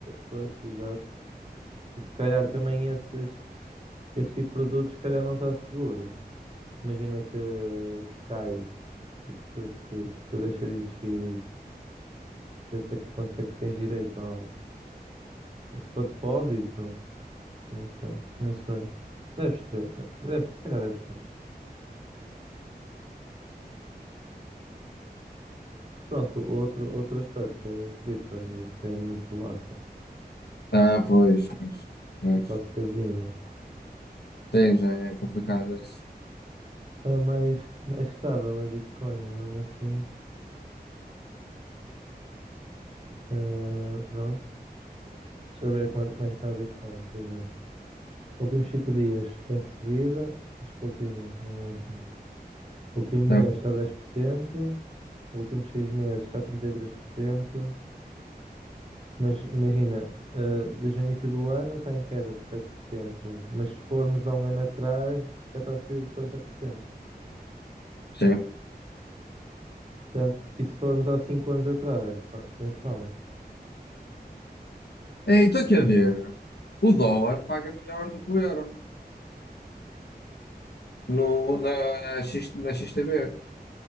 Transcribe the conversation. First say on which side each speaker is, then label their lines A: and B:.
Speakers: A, on the right (about 35°); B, on the left (about 85°).
A: pois, exato. E se calhar também esses, esse tipo de produtos, se calhar não está seguro. Imagina que, que cai, tipo, que, que, que deixa de existir isso. Não sei até que quanto é que tens direito a algo. Se for depósito, não sei, não sei. Deves ter, deves, se calhar deves ter. Mas Pronto, outro, outro aspecto é as criptos, mas isso é muito volátil.
B: Ah, pois, pois, pois.
A: Isso é quase casino.
B: Sim, já é complicado isso.
A: A mais, mais estável é Bitcoin, mas mesmo assim. ah, pronto. Deixa eu ver como é, como é que está a Bitcoin, por exemplo. Últimos 5 dias tem subida, mas pouquinha, não muita. Último
B: Não,
A: mês está a 10%. últimos 6 meses está a 33%. mas imagina, ah, desde o início do ano está em queda de 7%. mas se formos há um ano atrás já está a subida de 40%.
B: sim.
A: Portanto, e se formos há 5 anos atrás, pronto, isso se fala.
B: Ei, estou aqui a ver. O dólar paga melhor do que o euro no, na, X, na X T B.